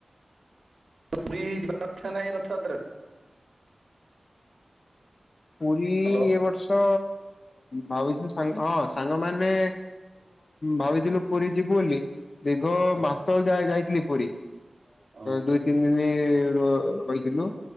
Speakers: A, on the right; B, on the left.
A: <unintelligible> <unintelligible>
B: ପୁରୀ
A: ହ୍ୟାଲୋ
B: ଏ ବର୍ଷ ଭାବିଥିଲୁ ସାଙ୍ଗ ହଁ ସାଙ୍ଗମାନେ ଭାବିଥିଲୁ ପୁରୀ ଯିବୁ ବୋଲି। ଦୀର୍ଘ
A: ଆଚ୍ଛା
B: ମାସ ଯାଇଥିଲି ପୁରୀ।
A: ଓହୋ
B: ଦୁଇ ଦିନି ରହିଥିଲୁ